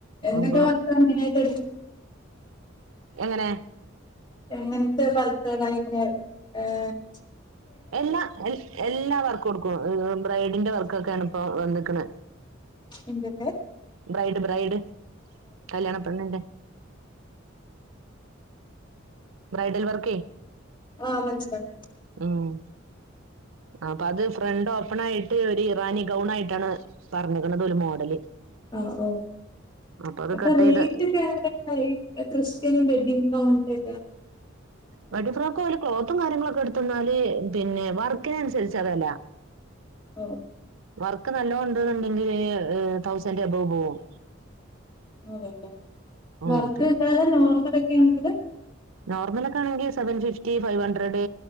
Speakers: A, on the left; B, on the right.
A: എന്തൊക്കെ
B: അപ്പൊ
A: വർക്കാണ് മെയിൻ ആയിട്ട്
B: എങ്ങനെ
A: എങ്ങനത്തെ വർക്കേളാ <unintelligible>
B: എല്ലാ എല്ലാ വർക്കും എടുക്കും ബ്രൈഡിന്റെ വർക്കൊക്കെയാണ് ഇപ്പൊ വന്നേ ക്കണ
A: എന്തിന്റെ
B: ബ്രൈഡ് ബ്രൈഡ് കല്യാണ പെണ്ണിന്റെ ബ്രൈഡൽ വർക്കേ
A: ആഹ് മനസിലായി
B: ഉം
A: <inaudible>
B: അപ്പൊ അത് ഫ്രണ്ട് ഓപ്പൺ ആയിട്ട് ഒരു ഇറാനി ഗൗൺ ആയിട്ടാണ് പറഞ്ഞിക്കണത് ഒരു മോഡല്
A: ആ ഓ
B: അപ്പൊ അത്
A: അപ്പ
B: കട്ട്
A: റേറ്റക്ക
B: ചെയ്ത്
A: ഈ ക്രിസ്റ്റ്യൻ വെഡിങ് ഗൗണിൻ്റെ ഒക്കെ
B: വെണ്ടിംഗ് ഫ്രോക്ക് ഒരു ക്ലോത്തും കാര്യങ്ങളൊക്കെ എടുത്തന്നാല് പിന്നെ വർക്കിന് അനുസരിച്ച വില
A: ഓ
B: വർക്ക് നല്ലൊ ഉണ്ടെന്നു ഒണ്ടങ്കിൽ തൗസൻ്റ് എബോ പോവും
A: അതെതെ
B: ഉം
A: വർക്ക് അല്ലാതെ നോർമല് ഒക്കെ ആണെങ്കില്
B: നോർമല് ഒക്കെ ആണെങ്കിൽ seven fifty five hundred